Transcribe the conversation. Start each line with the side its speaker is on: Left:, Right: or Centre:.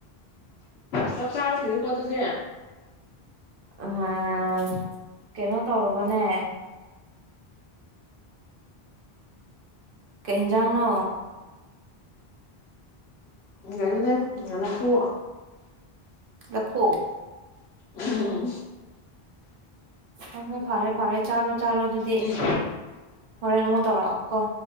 Left: ꯆꯥꯛ ꯆꯥꯔ <unintelligible> ꯑꯗꯨꯗꯤ
Right: ꯎꯝ ꯀꯩꯅꯣ ꯇꯧꯔꯕꯅꯦ ꯀꯩ ꯍꯤꯟꯖꯥꯡꯅꯣ
Left: ꯀꯩꯅ‌ꯣꯅ‌ꯦ ꯂꯐꯨ
Right: ꯂꯐꯨ
Left: ꯎꯡ
Right: ꯍꯣꯏ ꯍꯣꯏ ꯐꯔꯦ ꯐꯔꯦ ꯆꯥꯔꯣ ꯆꯥꯔꯣ ꯑꯗꯨꯗꯤ
Left: ꯎꯝ
Right: ꯍꯣꯔꯦꯟ ꯑꯃꯨꯛ ꯇꯧꯔꯛꯑꯣ ꯀ‌ꯣ